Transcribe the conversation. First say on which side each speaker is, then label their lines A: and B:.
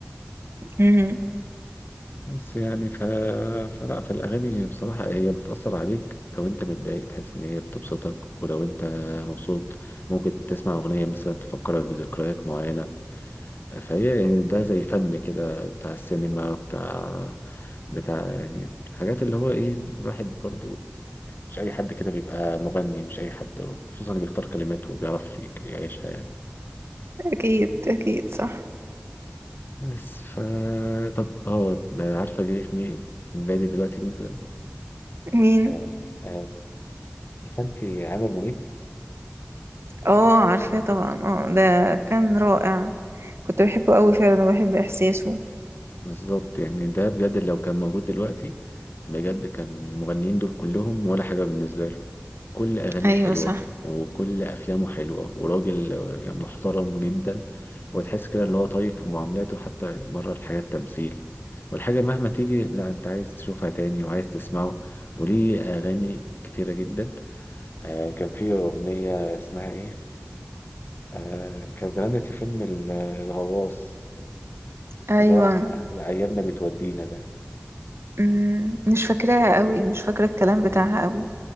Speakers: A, on the right (about 75°); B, on the left (about 55°).
A: مم.
B: بس يعني ف... فلا فالأغاني بصراحة هي بتأثر عليك لو أنت متضايق تحس إن هي بتبسطك ولو أنت مبسوط ممكن تسمع أغنية مثلا تفكرك بذكريات معينة فهي يعني ده زي فن كده بتاع السينما بتاع بتاع يعني حاجات اللي هو إيه الواحد برضو مش أي حد كده بيبقى مغني مش أي حد خصوصا اللي بيختار كلماته وبيعرف يعيشها يعني
A: اكيد اكيد صح
B: بس ف طب اه عارفة جاي في مين في بالي دلوقتي مين في-
A: مين
B: آه، آه، فانتي عامر منيب
A: اه عارفاه طبعا اه ده كان رائع كنت بحبه قوي فعلا وبحب احساسه
B: بالظبط يعني ده بجد لو كان موجود دلوقتي بجد كان المغنيين دول كلهم ولا حاجة بالنسبة له كل أغانيه
A: ايوه
B: حلوة
A: صح
B: وكل أفلامه حلوة وراجل يعني محترم جدا وتحس كده اللي هو طيب في معاملاته حتى بره الحياة التمثيل والحاجة مهما تيجي لا أنت عايز تشوفها تاني وعايز تسمعه وليه أغاني كتيرة جدا آه كان في أغنية اسمها إيه؟ آه كانت غنت في فيلم ال- الغواص
A: ايوه
B: اللي هو أيامنا بتودينا ده
A: أمم، مش فاكراها قوي مش فاكره الكلام بتاعها
B: اه
A: قوي